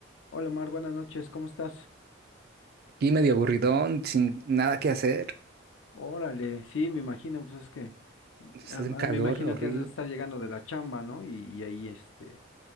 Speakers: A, on the left; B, on the right.
A: Hola Mar, buenas noches, ¿cómo estás?
B: Y medio aburridón, sin nada que hacer.
A: Órale, sí, me imagino, pues es que
B: Hace
A: a- a-
B: un calor
A: me imagino
B: horrible.
A: que has de estar llegando de la chamba, ¿no? Y, y ahí, este,